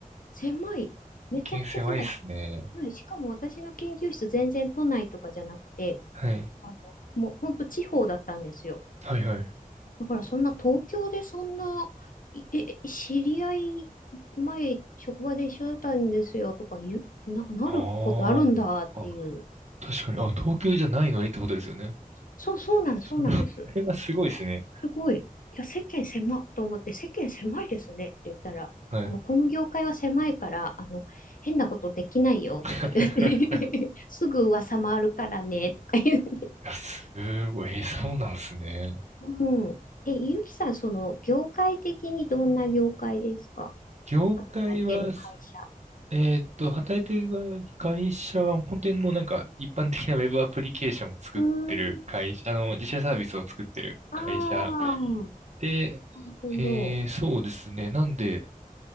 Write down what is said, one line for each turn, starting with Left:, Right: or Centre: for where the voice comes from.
Left: 狭い。めちゃくちゃ狭いし。
Right: 世間狭いっすね。
Left: うんしかも私の研究室全然都内とかじゃなくて、
Right: はい。
Left: あの、もう本当地方だったんですよ。
Right: はいはい。
Left: だからそんな東京でそんな、いえ、え知り合い前、職場で一緒だったんですよとか言う、な、なることあるんだっていう。
Right: ああ。あ、確かに。あ、東京じゃないのにってことですよね。
Left: そう、そうなんです、
Right: そ
Left: そうなんです。
Right: れはすごいですね。
Left: すごい。いや、世間狭っと思って、世間狭いですねって言ったら、
Right: はい。
Left: あの、この業界は狭いから、あの、変なことできないよとか言って
Right: <laughs>
Left: <laughs>
Right: い
Left: すぐ噂回るからねとか言って。
Right: や、すごい。えそうなんですね。
Left: うん。え、ゆきさん、その、業界的にどんな業界ですか
Right: 業界はす、
Left: 働いてる会社。
Right: えーっと、働いてる会社は本当にもうなんか一般的なウェブアプリケーションを作ってる会社、
Left: うーん。
Right: あの、自社サービスを作ってる会社
Left: ああ、な
Right: で、
Left: るほど。
Right: ええ、そうですね。なんで、